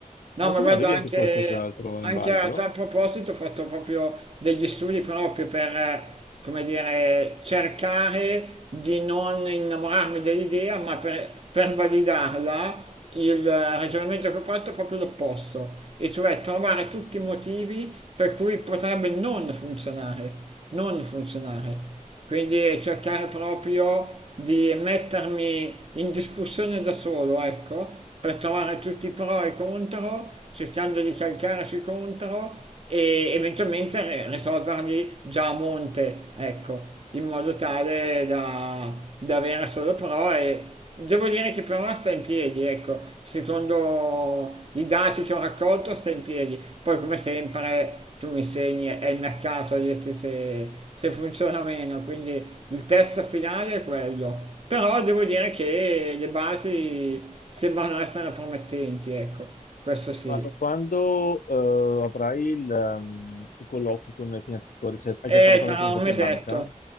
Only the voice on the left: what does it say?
Ma
tu
non avevi
anche qualcos'altro
in ballo?
Ma e quando eh, avrai il, ehm, i colloqui con i finanziatori? Cioè, hai già
parlato
anche con
qualche
banca?